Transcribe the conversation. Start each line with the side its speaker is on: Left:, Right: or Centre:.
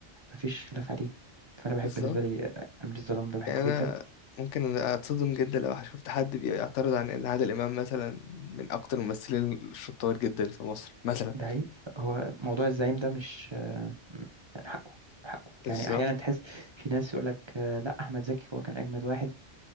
Right: مفيش خلاف عليه فأنا بحب
Left: بالظبط
Right: بالنسبة لي آه، أمير الظلام ده بحبه
Left: يعني انا
Right: جدا
Left: ممكن اتصدم جدا لو شفت حد بيعترض عن ان عادل امام مثلا من اكتر الممثلين الشطار جدا في مصر مثلا
Right: ده حقيقي هو موضوع الزعيم ده مش مم. يعني حقه حقه
Left: بالظبط
Right: يعني احيانا تحس في ناس يقول لك لا احمد زكي هو كان اجمد واحد